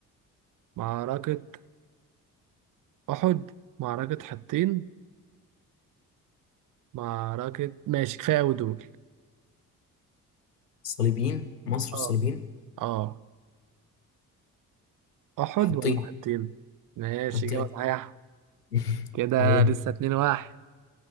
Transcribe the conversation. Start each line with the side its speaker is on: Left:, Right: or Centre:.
Right: معركه احد معركه حطين معركه ماشي كفايه قوي دول
Left: الصليبيين مصر
Right: اه
Left: والصليبيين
Right: اه احد
Left: حطين
Right: ولا حطين ماشي
Left: حطين
Right: اجابه صحيحه
Left: <laughs>
Right: كده
Left: عليه
Right: لسه اتنين واحد